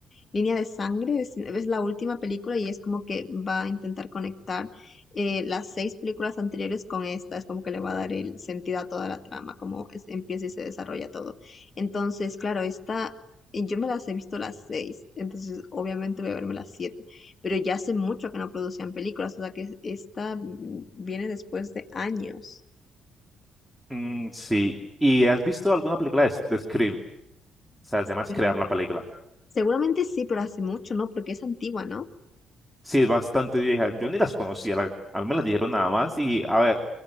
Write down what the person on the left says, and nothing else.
Línea de Sangre, es, es la última película y es como que va a intentar conectar eh, las seis películas anteriores con esta, es como que le va a dar el sentido a toda la trama, como es- empieza y se desarrolla todo. Entonces, claro, esta, y yo me las he visto las seis, entonces obviamente voy a verme las siete, pero ya hace mucho que no producían películas, o sea que es- esta mm, viene después de años.
Sí.
Seguramente sí, pero hace mucho, ¿no? Porque es antigua, ¿no?